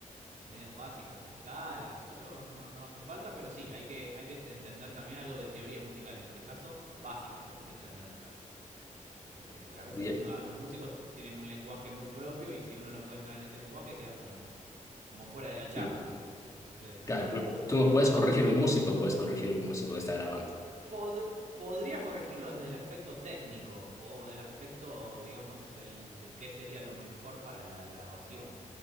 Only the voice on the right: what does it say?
medias básicas de escala, solo no, no hace falta, pero sí, hay que, hay que entender también algo de teoría musical, en este caso básica, pero hay que entenderla, es, este, porque a veces
uno, los músicos tienen un lenguaje muy propio y si uno no puede entrar en ese lenguaje queda como, como fuera de la charla.
Entonces,
o cuesta
interpretar.
Pod- podría corregirlo desde el aspecto técnico o del aspecto, digamos, el de qué sería lo mejor para la grabación.